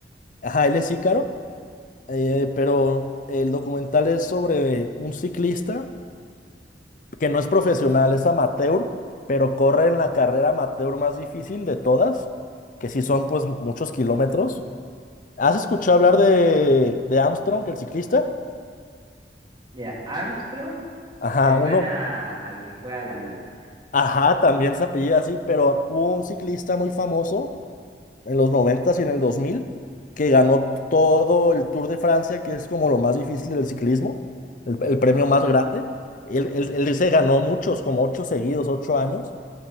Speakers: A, on the left (about 45°); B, on the right (about 25°).
A: Ajá, él es Ícaro, eh, pero el documental es sobre un ciclista que no es profesional, es amateur, pero corre en la carrera amateur más difícil de todas, que sí son pues muchos kilómetros. ¿Has escuchado hablar de, de Armstrong, el ciclista?
B: Mira, Armstrong
A: Ajá,
B: me suena
A: uno,
B: al que fue a la luna.
A: ajá, también se apellida así, pero hubo un ciclista muy famoso en los 90 y en el 2000 que ganó todo el Tour de Francia, que es como lo más difícil del ciclismo, el, el premio más grande. Él, él, él se ganó muchos, como ocho seguidos, ocho años.